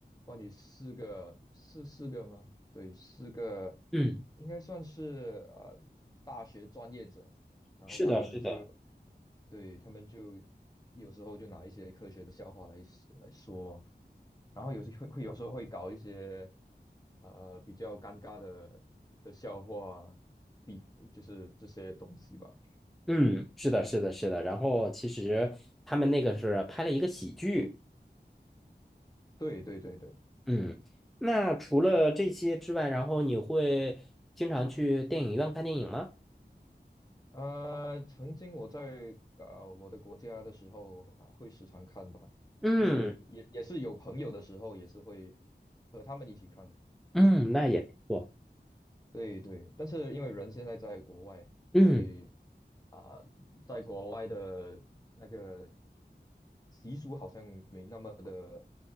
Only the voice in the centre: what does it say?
嗯，
是的，是的。
嗯，是的，是的，是的。然后其实他们那个是拍了一个喜剧。
嗯，那除了这些之外，然后你会经常去电影院看电影吗？
嗯
嗯，那也不错。
嗯